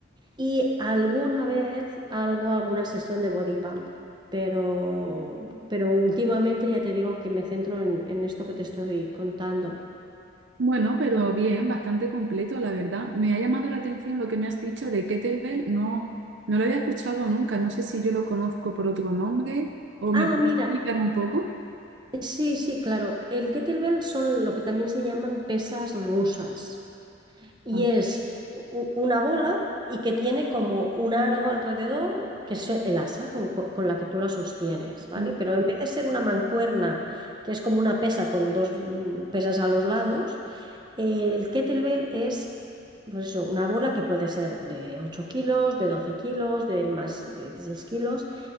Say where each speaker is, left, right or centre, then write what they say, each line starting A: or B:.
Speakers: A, on the right; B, on the right.
A: Y alguna vez algo, alguna sesión de body pump, pero, pero últimamente ya te digo que me centro en, en esto que te estoy contando.
B: Bueno, pero bien, bastante completo, la verdad. Me ha llamado la atención lo que me has dicho de kettlebell. No, no lo había escuchado nunca. No sé si yo lo conozco por otro nombre o
A: Ah,
B: me puedes
A: mira,
B: explicar un poco.
A: sí, sí, claro. El kettlebell son lo que también se llaman pesas rusas. Y
B: Ah,
A: es u- u- una bola y que tiene como un aro alrededor, que es el asa con, con- con la que tú la sostienes, ¿vale?
B: sí.
A: Pero en vez de ser una mancuerna, que es como una pesa con dos mm, pesas a los lados, El kettlebell es, pues eso, una bola que puede ser de 8 kilos, de 12 kilos, de más de 16 kilos